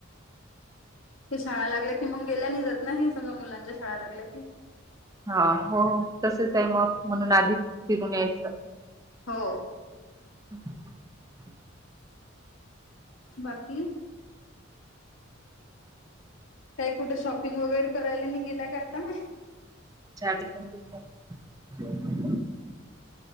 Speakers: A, on the left; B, on the right.
A: ते शाळा लागल्या की मग गेल्या नि जात नाही हे सगळं मुलांच्या शाळा लागल्या की
B: हा हो तसच आहे मग, म्हणून आधीक फिरून यायचं.
A: हो!
B: <inaudible>
A: बाकी. काय कुठे शॉपिंग वगैरे करायला नही गेला का आता.
B: चारिक <unintelligible>